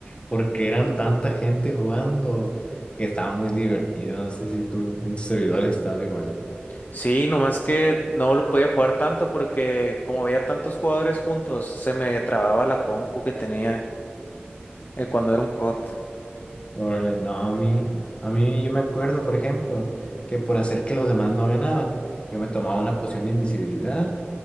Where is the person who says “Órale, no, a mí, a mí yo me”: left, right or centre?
Left